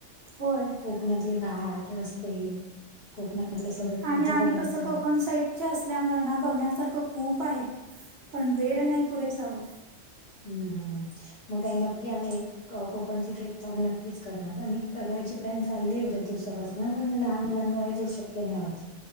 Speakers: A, on the right (about 65°); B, on the left (about 55°).
A: होय
B: कोकणातले घाट रस्ते कोकणातले सगळे खाद्यपदार्थ
A: आणि आम्ही कसं कोकण सहित असल्यामुळे ना बघण्यासारखं खूप आहे पण वेळ नाही पुरेसा होत
B: हम्म हम्म मग काय नक्की आम्ही एक कोकणची ट्रिप तर आम्ही नक्कीच करणार आणि करायची प्लॅन चालली आहेे दिवसापासून नाही म लहान मुलांनमुळे ते शक्य नाही होत